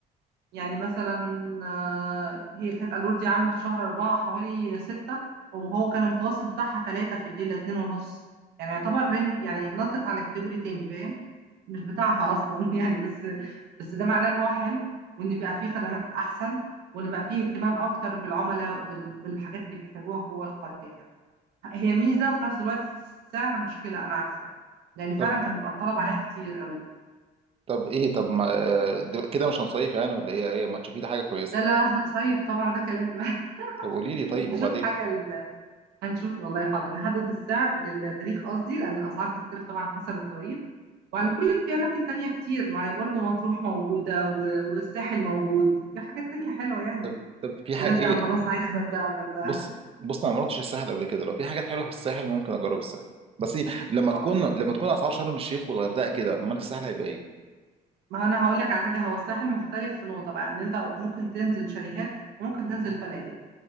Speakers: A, on the right (about 75°); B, on the right (about 35°).
A: يعني مثلا آه، هي كانت الور دي عامله في شهر أربعة حوالي ستة وهو كان المتوسط بتاعها تلاتة في الليله اتنين ونص يعني يعتبر رينج يعني نطت على كاتيجوري تاني فاهم مش بتاعها اصلا <laughs> يعني بس بس ده معناه ان هو حلو وان بقى فيه خدمات احسن وان بقى فيه اهتمام اكتر بالعملاء وبال- بالحاجات اللي بيحتاجوها جوه القريه هي ميزه وفي نفس الوقت السعر مشكله انا عارفه لان فعلا
B: طب
A: كان بيبقى الطلب عليها كتير قوي
B: طب ايه طب ما آه، دل- كده مش هنصيف يعني ولا ايه ايه ما تشوفي لي حاجه كويسه
A: لا لا لا، هتصيف طبعا ده كلام <laughs>
B: طب قولي لي طيب
A: نشوف
B: وبعدين
A: حاجه هنشوف والله حاضر نحدد السعر للتاريخ قصدي لأن الأسعار بتختلف طبعا حسب التواريخ وعلى كل في أماكن تانية كتير ما هي برضه مطروح موجودة و- والساحل موجود في حاجات تانية حلوة يعني
B: طب طب في حاجه
A: ولا أنت
B: ايه
A: خلاص عايز غردقة غردقة
B: بص بص انا ما رحتش الساحل قبل كده لو في حاجات حلوه في الساحل ممكن اجرب الساحل بس لما تكون
A: اه
B: لما تكون اسعار شرم الشيخ والغردقه كده امال الساحل هيبقى ايه
A: ما أنا هقول لك على حاجة هو الساحل مختلف في نقطة بقى إن أنت ممكن تنزل شاليهات وممكن تنزل فنادق